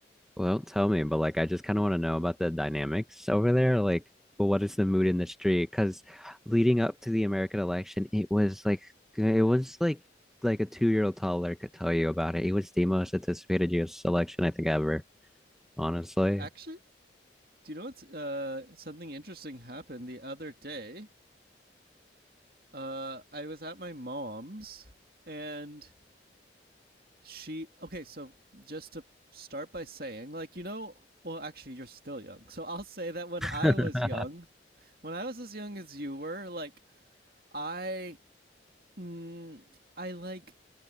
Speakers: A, in the centre; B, on the right (about 55°).
A: Well, don't tell me, but like I just kind of want to know about the dynamics over there. Like, well, what is the mood in the street? Because leading up to the American election, it was like it was like like a two-year-old toddler could tell you about it. It was the most anticipated US election I think ever. honestly.
B: actually Do you know what's uh, something interesting happened the other day? Uh, I was at my mom's and she. Okay, so just to start by saying, like, you know, well, actually, you're still young. So I'll say that when I
A: <laughs>
B: was young, when I was as young as you were, like, I. Mm, I like.